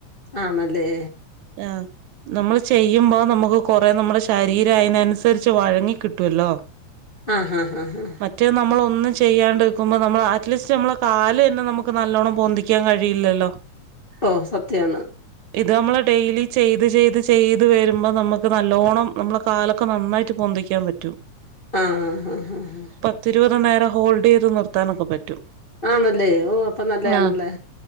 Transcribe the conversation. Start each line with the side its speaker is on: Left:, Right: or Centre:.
Left: ആന്നല്ലേ?
Right: ആഹ് നമ്മള് ചെയ്യുമ്പോ നമുക്ക് കൊറെ നമ്മുടെ ശരീരം അയിനൻസരിച്ച് വഴങ്ങി കിട്ടുവല്ലോ.
Left: ആഹ് ഹാ ഹാ ഹാ
Right: മറ്റേ നമ്മളൊന്നും ചെയ്യാണ്ട് നിക്കുമ്പോൾ നമ്മൾ അറ്റ്ലീസ്റ്റ് നമ്മള് കാലന്നെ നമുക്ക് നല്ലോണം പൊന്തിക്കാൻ കഴിയില്ലല്ലോ.
Left: ഓഹ് സത്യാണ്
Right: ഇത് നമ്മള് ഡെയിലി ചെയ്ത് ചെയ്ത് ചെയ്ത് വരുമ്പം നമുക്ക് നല്ലോണം നമ്മള കാലൊക്കെ നന്നായിട്ട് പൊന്തിക്കാൻ പ റ്റും
Left: ആഹ് ഹ് ഹ് ഹ്
Right: പത്ത് ഇരുപത് നേരം ഹോൾഡ് യ്ത് നിർത്താനൊക്കെ പറ്റും.
Left: ആണല്ലേ ഓഹ് അപ്പ നല്ലയാണല്ലേ.
Right: ആഹ്